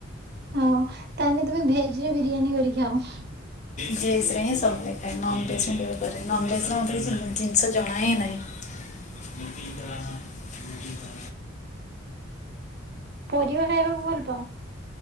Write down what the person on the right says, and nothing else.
ହଉ ତାଲେ ତମେ ଭେଜ ରେ ବିରିୟାନୀ କରିକି ଖାଅ।
<inaudible>
ପରିବା ଖାଇବାକୁ ଭଲ ପାଅ?